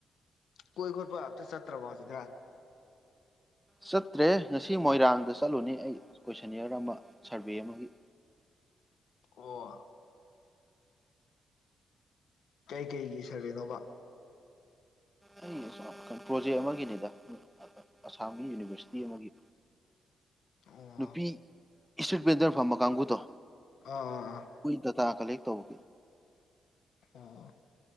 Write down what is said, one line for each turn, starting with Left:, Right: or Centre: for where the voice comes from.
Left: ꯀꯣꯏ ꯈꯣꯠꯄ ꯑꯝꯇ ꯆꯠꯇ꯭ꯔꯕꯣ ꯍꯧꯖꯤꯛꯀꯥꯟ
Centre: ꯆꯠꯇ꯭ꯔꯦ ꯉꯁꯤ ꯃꯣꯏꯔꯥꯡꯗ ꯆꯠꯂꯨꯅꯤ ꯑꯩ ꯀꯣꯏꯁꯅꯤꯌꯔ ꯑꯃ ꯁꯔꯚꯦ ꯑꯃꯒꯤ
Left: ꯑꯣ ꯀꯩ ꯀꯩꯒꯤ ꯁꯔꯚꯦꯅꯣꯕ
Centre: ꯑꯩ <unintelligible> ꯄ꯭ꯔꯣꯖꯦꯛ ꯑꯃꯒꯤꯅꯤꯗ ꯑꯁꯥꯝꯒꯤ ꯌꯨꯅꯤꯚꯔꯁꯤꯇꯤ ꯑꯃꯒꯤ
Left: ꯑꯣ
Centre: ꯅꯨꯄꯤ ꯏꯁꯇ꯭ꯔꯤꯠ ꯕꯦꯟꯗꯔ ꯐꯝꯕ ꯀꯥꯡꯒꯨꯗꯣ
Left: ꯑꯥ ꯑꯥ ꯑꯥ
Centre: ꯍꯨꯏ ꯗꯇꯥ ꯀꯂꯦꯛ ꯇꯧꯒꯤ
Left: ꯑꯥ